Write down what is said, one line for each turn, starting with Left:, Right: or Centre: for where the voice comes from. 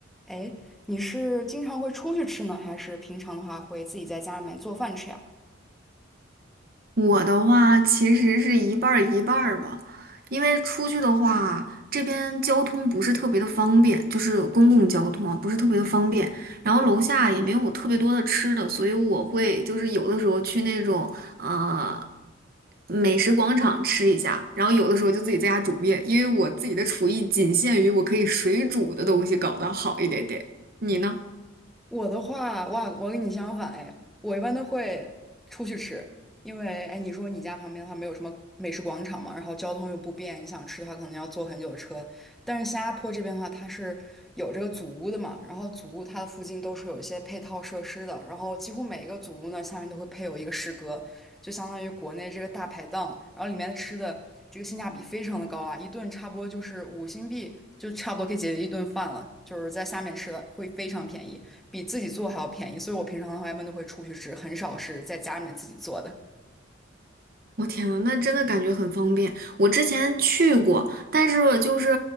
Centre: 哎，你是经常会出去吃呢，还是平常的话会自己在家里面做饭吃呀？
Right: 我的话其实是一半儿一半儿吧，因为出去的话，这边交通不是特别的方便，就是公共交通啊，不是特别的方便。然后楼下也没有特别多的吃的，所以我会就是有的时候去那种呃美食广场吃一下，然后有的时候就自己在家煮面，因为我自己的厨艺仅限于我可以水煮的东西搞得好一点点。你呢？
Centre: 我的话，哇，我跟你相反哎，我一般都会出去吃，因为哎，你说你家旁边的话没有什么美食广场嘛，然后交通又不便，你想吃的话可能要坐很久的车，但是新加坡这边的话，它是有这个祖屋的嘛，然后祖屋它的附近都是有一些配套设施的，然后几乎每一个祖屋呢下面都会配有一个食阁，就相当于国内这个大排档，然后里面的吃的这个性价比非常的高啊，一顿差不多就是五新币，就差不多可以解决一顿饭了，就是在下面吃的会非常便宜，比自己做还要便宜，所以我平常的话一般都会出去吃，很少是在家里面自己做的。
Right: 我天呐，那真的感觉很方便。我之前去过，但是就是